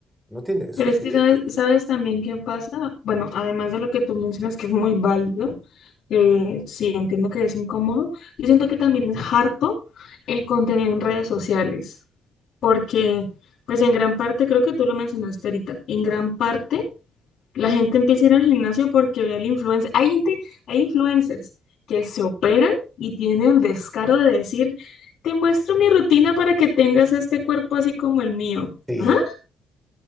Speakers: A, in the centre; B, on the left.
A: No tiene, eso
B: Pero
A: es
B: es
A: ridículo.
B: que sabes, sabes también qué pasa. Bueno, además de lo que tú mencionas, que es muy válido, eh, sí entiendo que es incómodo, yo siento que también es harto el contenido en redes sociales, porque pues en gran parte, creo que tú lo mencionaste ahorita, en gran parte la gente empieza a ir al gimnasio porque ve al influencer. Hay gente, hay influencers que se operan y tienen el descaro de decir, te muestro mi rutina para que tengas este cuerpo así como el mío.
A: Sí,
B: ¿Ah?